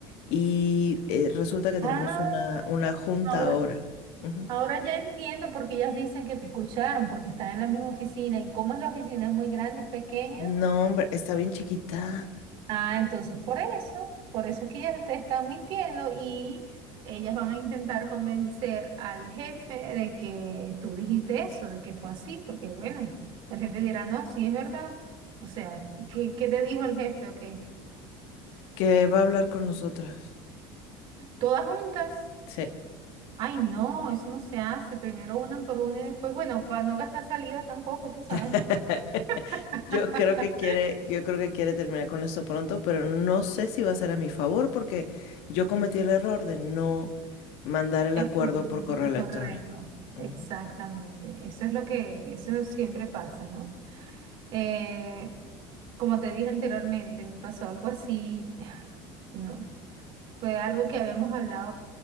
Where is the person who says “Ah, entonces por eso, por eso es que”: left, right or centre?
Right